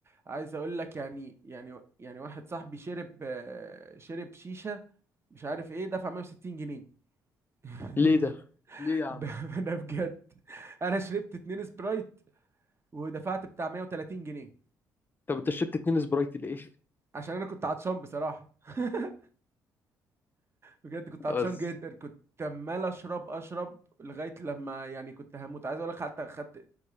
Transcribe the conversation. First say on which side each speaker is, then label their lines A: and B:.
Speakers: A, on the right; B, on the left.
A: عايز اقول لك يعني يعني يعني واحد صاحبي شرب آه، شرب شيشه مش عارف ايه دفع 160 جنيه <laughs>
B: ليه ده ليه يا عم
A: ب- ده بجد انا شربت اتنين سبرايت ودفعت بتاع 130 جنيه
B: طب انت شربت اتنين سبرايت ليه
A: عشان انا كنت عطشان بصراحه <laughs> بجد كنت
B: <laughs>
A: عطشان
B: بس
A: جدا كنت عمال اشرب اشرب لغايه لما يعني كنت هموت عايز اقول لك حتى خدت